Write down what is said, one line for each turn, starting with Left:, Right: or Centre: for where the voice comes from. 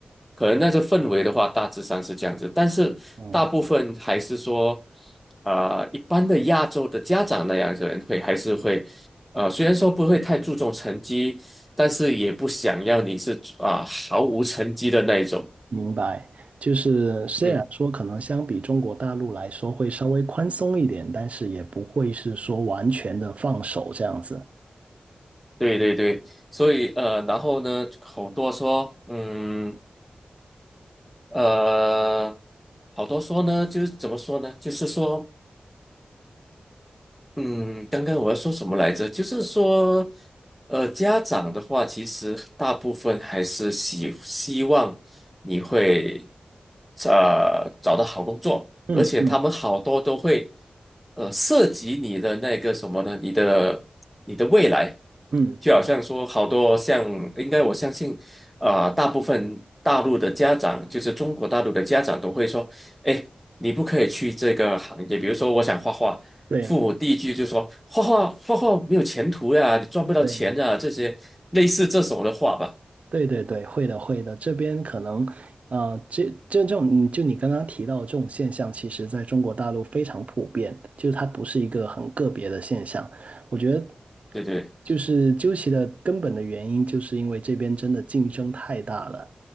Centre: 可能那个氛围的话，大致上是这样子。但是大部分还是说，
Right: 嗯
Centre: 呃，一般的亚洲的家长那样子人会还是会，呃，虽然说不会太注重成绩，但是也不想要你是啊、毫无成绩的那一种。
Right: 明白，就是虽然说可能相比中国大陆来说会稍微宽松一点，
Centre: 嗯，
Right: 但是也不会是说完全的放手这样子。
Centre: 对对对，所以呃，然后呢，好多说，嗯。呃，好多说呢，就是怎么说呢？就是说，嗯，刚刚我要说什么来着？就是说，呃，家长的话，其实大部分还是希希望你会，呃，找到好工作，
Right: 嗯嗯
Centre: 而且他们好多都会，呃，涉及你的那个什么呢？你的你的未来，
Right: 嗯，
Centre: 就好像说，好多像，应该我相信，呃，大部分大陆的家长，就是中国大陆的家长都会说，哎。你不可以去这个行业，比如说我想画画，
Right: 对
Centre: 父母第一句就说画画画画没有前途呀，你赚不到钱啊。”这些类似这种的话吧。
Right: 对，对对对，会的会的，这边可能，呃，这这这种，你就你刚刚提到的这种现象，其实在中国大陆非常普遍，就是它不是一个很个别的现象。我觉得，
Centre: 对对，
Right: 就是究其的根本的原因，就是因为这边真的竞争太大了，